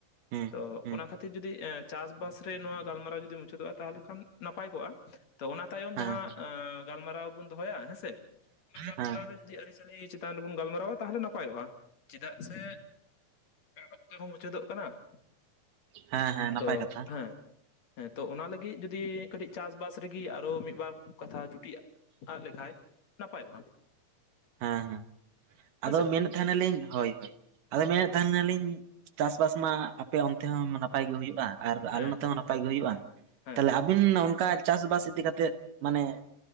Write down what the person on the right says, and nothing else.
ᱦᱮᱸ
ᱦᱮᱸ
ᱦᱮᱸ
ᱦᱮᱸ
ᱦᱮᱸ ᱦᱮᱸ ᱱᱟᱯᱟᱭ
ᱠᱟᱛᱷᱟ
ᱦᱟᱸ ᱦᱟᱸ ᱟᱫᱚ
ᱢᱮᱱᱮ ᱛᱟᱦᱮᱱᱟᱞᱤᱧ ᱦᱳᱭ ᱦᱳᱭ ᱟᱫᱚ ᱢᱮᱱᱮ ᱛᱟᱦᱮᱱᱟᱞᱤᱧ ᱪᱟᱥᱵᱟᱥ ᱢᱟ ᱟᱯᱮ ᱚᱱᱛᱮ ᱦᱚᱸ ᱱᱟᱯᱟᱭ ᱜᱮ ᱦᱩᱭᱩᱜᱼᱟ ᱾ ᱟᱨ
ᱟᱞᱮ ᱱᱚᱛᱮ
ᱦᱚᱸ ᱱᱟᱯᱟᱭ ᱜᱮ ᱦᱩᱭᱩᱜᱼᱟ
ᱛᱟᱦᱞᱮ
ᱟᱹᱵᱤᱱ ᱚᱱᱠᱟ ᱪᱟᱥ ᱵᱟᱥ ᱤᱫᱤ ᱠᱟᱛᱮᱫ ᱢᱟᱱᱮ